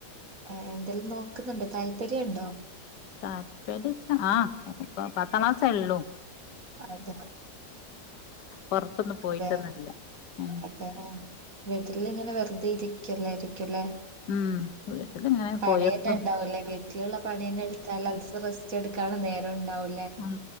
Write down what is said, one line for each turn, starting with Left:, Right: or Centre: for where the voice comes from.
Right: ഏഹ് എന്തെലും നോക്ക്ന്ന്ണ്ടോ? താല്പര്യം ഉണ്ടോ?
Left: താൽപ്പെര്യം ച്ചാ ആഹ് അത് ഇപ്പ പത്താം ക്ലാ സെ ഒള്ളു
Right: അതെ
Left: പൊറത്തൊന്നും പോയിട്ടൊന്നുല്ല
Right: അതെ
Left: ഉം
Right: അതെ വീട്ടിൽ ഇങ്ങനെ വെറ്തെ ഇര് ക്കെല്ലായിരിക്കും ലെ
Left: ഉം വീട്ടിലിങ്ങനെ
Right: പണിയെന്നെ
Left: കോഴികൾതും
Right: ഇണ്ടാവും ലെ വീട്ടിൽ ഇള്ള പണിയെന്നെ ഇട്ത്താൽ <unintelligible> റെസ്റ്റ് ഇട് ക്കാള്ള നേരും ഇണ്ടാവു
Left: ഉം